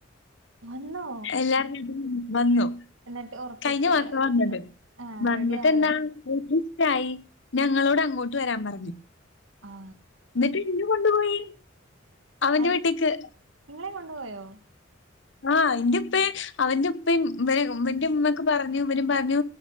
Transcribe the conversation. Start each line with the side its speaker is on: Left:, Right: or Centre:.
Right: വന്നോ
Left: <unintelligible> വന്നു
Right: എന്നിട്ട് ഉറപ്പിച്ച്
Left: കഴിഞ്ഞ മാസ വന്നത്
Right: ആഹ്
Left: വന്നിട്ട്
Right: റെഡി ആയോ
Left: എന്താ തായി ഞങ്ങളോട് അങ്ങോട്ട് വരാൻ പറഞ്ഞു
Right: ആ
Left: എന്നിട്ട് ഇന്ന കൊണ്ടുപോയി അവന്റെ
Right: അൻ
Left: വീട്ടേക്ക്.
Right: നിങ്ങളെ കൊണ്ടുപോയോ
Left: ആഹ് ഇന്റെ ഇപ്പയും അവന്റ ഉപ്പയും ഇവ അവന്റെ ഉമ്മക്ക് പറഞ്ഞു ഇവനും പറഞ്ഞു.